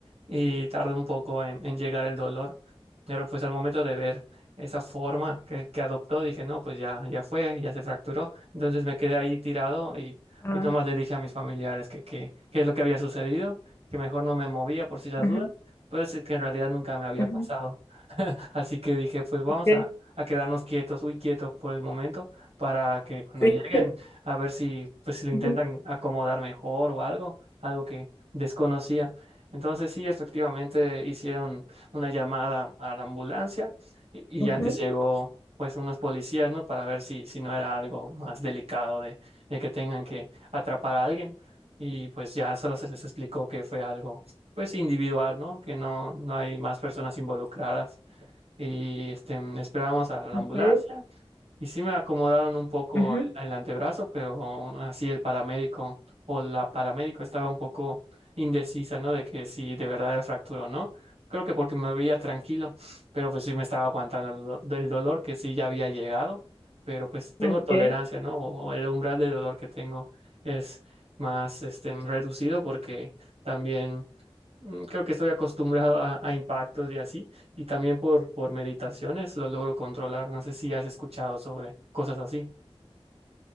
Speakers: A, on the right; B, on the left.
A: y tarda un poco en en llegar el dolor. Pero pues al momento de ver esa forma que, que adoptó, dije, no, pues ya, ya fue, ya se fracturó. Entonces me quedé ahí tirado y
B: Ah,
A: pues nomás le dije a mis familiares que, que, qué es lo que había sucedido, que mejor no me movía por si las
B: ujú,
A: dudas, pues es que en realidad nunca me había
B: ujú,
A: pasado. Así que dije, pues vamos
B: ok,
A: a, a quedarnos quietos, muy quietos por el momento, para que cuando
B: sí.
A: lleguen,
B: <laughs>
A: a ver si, pues, si lo intentan
B: Ujú,
A: acomodar mejor o algo, algo que desconocía. Entonces sí, efectivamente hicieron una llamada a la ambulancia y,
B: ujú,
A: y antes llegó pues unos policías, ¿no? Para ver si, si no era algo más delicado de, de que tengan que atrapar a alguien. Y pues ya solo se les explicó que fue algo pues individual, ¿no? Que no, no hay más personas involucradas y este, esperábamos a la
B: ok,
A: ambulancia y sí me acomodaron un poco
B: ujú.
A: el, el antebrazo, pero aún así el paramédico o la paramédico estaba un poco indecisa, ¿no? De que si de verdad era fractura o no. Creo que porque me veía tranquilo, pero pues sí me estaba aguantando el do- del dolor que sí ya había llegado, pero pues tengo
B: ok.
A: tolerancia, ¿no? O el umbral de dolor que tengo es más este, reducido porque también mm, creo que estoy acostumbrado a a impactos y así. Y también por, por meditaciones lo logro controlar. No sé si has escuchado sobre cosas así.